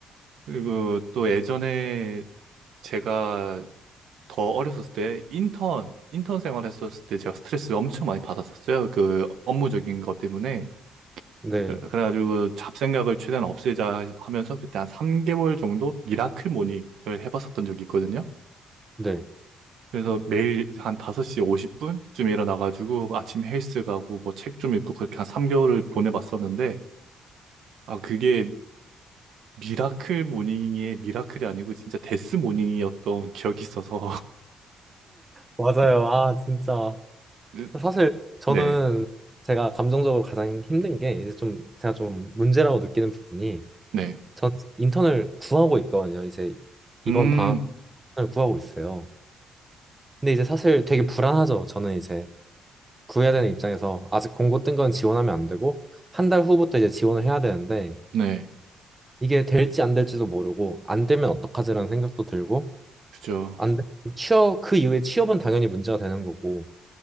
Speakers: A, on the right (about 75°); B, on the right (about 20°).
A: 그리고 또 예전에 제가 더 어렸을 때 인턴, 인턴 생활했었을 때 제가 스트레스를 엄청 많이 받았었어요. 그 업무적인 것 때문에.
B: 네,
A: 그래- 그래가지고 그 잡생각을 최대한 없애자 하면서 그때 한 3개월 정도 미라클 모닝을 해봤었던 적이 있거든요.
B: 네.
A: 그래서 매일 한 5시 50분쯤에 일어나가지고 아침 헬스 가고 뭐 책 좀 읽고 그렇게 한 3개월을 보내봤었는데 아 그게 미라클 모닝의 미라클이 아니고 진짜 데스 모닝이었던 기억이 있어서
B: 맞아요. 아, 진짜.
A: <laughs>
B: 사실 저는
A: 네,
B: 제가 감정적으로 가장 힘든 게 이제 좀 제가 좀 문제라고 느끼는 부분이
A: 네.
B: 전 인턴을 구하고 있거든요. 이제 이번
A: 음,
B: 방학 시간을 구하고 있어요. 근데 이제 사실 되게 불안하죠. 저는 이제 구해야 되는 입장에서 아직 공고 뜬 건 지원하면 안 되고 한 달 후부터 이제 지원을 해야 되는데
A: 네.
B: 이게 될지 안 될지도 모르고 안 되면 어떡하지라는 생각도 들고
A: 그죠.
B: 안 되면 취업 그 이후에 취업은 당연히 문제가 되는 거고